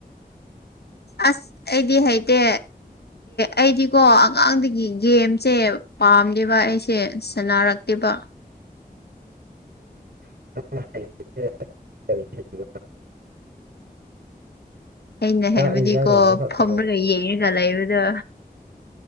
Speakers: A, on the left; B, on the right.
A: ꯑꯁ ꯑꯩꯗꯤ ꯍꯥꯏꯦꯗ ꯑꯩꯗꯤꯀꯣ ꯑꯉꯥꯡꯗꯒꯤ ꯒꯦꯝꯁꯦ ꯄꯥꯝꯗꯦꯕ ꯑꯩꯁꯦ ꯁꯥꯟꯅꯔꯛꯇꯦꯕ
B: <unintelligible> <unintelligible> <unintelligible> <unintelligible>
A: ꯑꯩꯅ
B: ꯆꯥꯛ
A: ꯍꯥꯏꯕꯨꯗꯤꯀꯣ
B: ꯏꯟꯖꯥꯡ ꯊꯣꯡꯕ ꯈꯛꯇꯔꯣ
A: ꯐꯝꯔꯒ ꯌꯦꯡꯉꯒ ꯂꯩꯕꯗꯣ